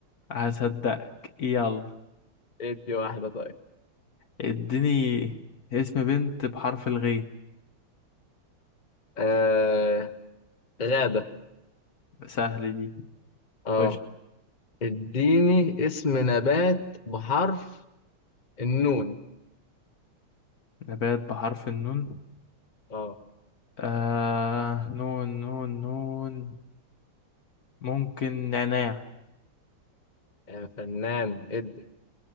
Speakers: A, on the left; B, on the left.
A: هصدقك يلا
B: ادي واحده طيب
A: اديني اسم بنت بحرف الغين
B: آه غابه
A: سهل دي
B: اه
A: خش
B: اديني اسم نبات بحرف النون
A: نبات بحرف النون
B: اه
A: آه نون نون نون ممكن نعناع
B: يا فنان ادي